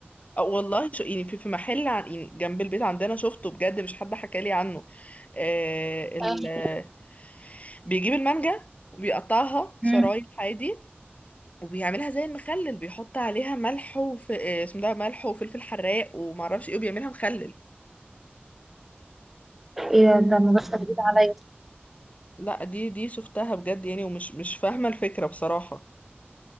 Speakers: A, on the left (about 35°); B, in the centre.
A: أو والله شو يعني في في محل عن يعني جنب البيت عندنا شفته بجد مش حد حكى لي عنه آه ال
B: آه.
A: آه، بيجيب المانجا وبيقطعها شرايح
B: امم
A: عادي وبيعملها زي المخلل بيحط عليها ملح وف... آه، اسمه ده ملح وفلفل حراق ومعرفش ايه وبيعملها مخلل
B: ايه ده ده الموضوع جديد عليا
A: لا دي دي شفتها بجد يعني ومش مش فاهمة الفكرة بصراحة